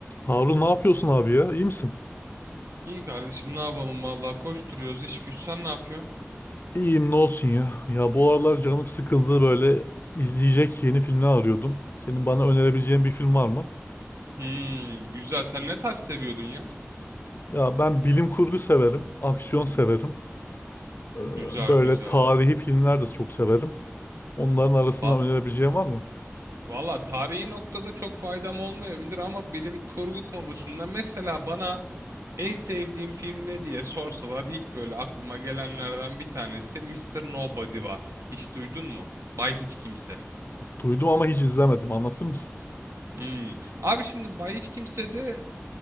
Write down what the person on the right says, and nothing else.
İyi kardeşim ne yapalım vallahi koşturuyoruz iş güç sen ne yapıyorsun?
Hmm, güzel sen ne tarz seviyordun ya?
Güzel
güzel.
Va
valla tarihi noktada çok faydam olmayabilir ama bilim kurgu konusunda mesela bana en sevdiğim film ne diye sorsalar ilk böyle aklıma gelenlerden bir tanesi Mister Nobody var. Hiç duydun mu? Bay Hiç Kimse.
Hmm. Abi şimdi Bay Hiç Kimse'de